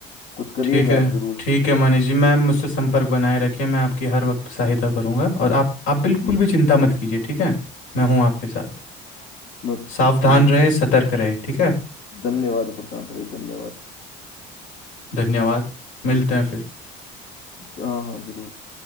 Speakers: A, on the left; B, on the left.
A: कुछ करिएगा
B: ठीक है
A: आप जरूर
B: ठीक है मनीष जी मैम मुझसे संपर्क बनाए रखिए मैं आपकी हर वक्त सहायता करूँगा और आप आप बिल्कुल
A: जी
B: भी चिंता मत कीजिए ठीक है मैं हूँ आपके साथ
A: मत-
B: सावधान
A: ठीक
B: रहे
A: है
B: सतर्क रहे ठीक है
A: धन्यवाद प्रशांत भाई धन्यवाद
B: धन्यवाद मिलते हैं फिर
A: हाँ हाँ जरूर